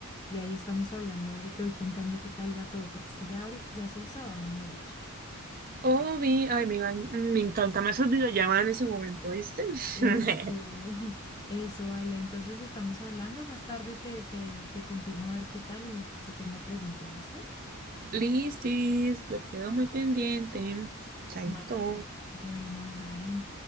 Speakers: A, on the left; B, on the right.
A: y ahí estamos hablando. Ahorita y te voy contando qué tal va todo, porque es que ya ahorita, ya es el sábado, mejor dicho.
B: Oh, vi. Ay, me, gan- me encanta más el videollamada en ese momento, ¿viste?
A: Eso,
B: <laughs>
A: <laughs> eso, vale. Entonces estamos hablando. Más tarde te, te, te confirmo a ver qué tal y si tengo preguntas, ¿listo?
B: Listis, yo quedo muy pendiente. Chaito.
A: Vale. Bueno, bye.